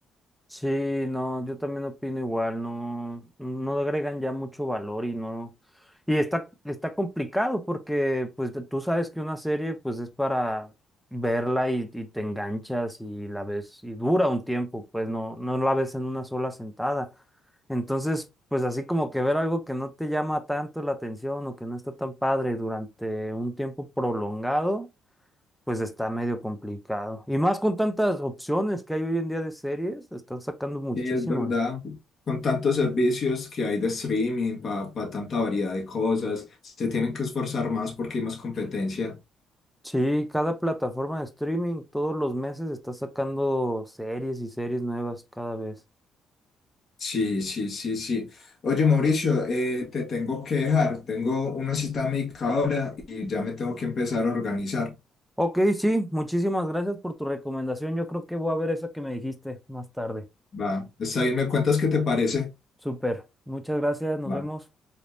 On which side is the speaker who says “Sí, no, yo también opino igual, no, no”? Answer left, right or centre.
Centre